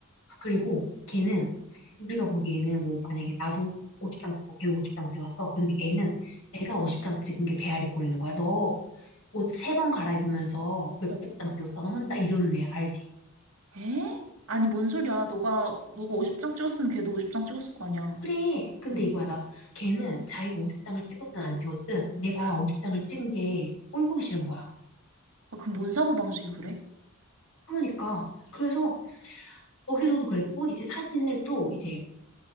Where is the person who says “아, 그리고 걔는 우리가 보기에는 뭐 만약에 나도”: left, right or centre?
Left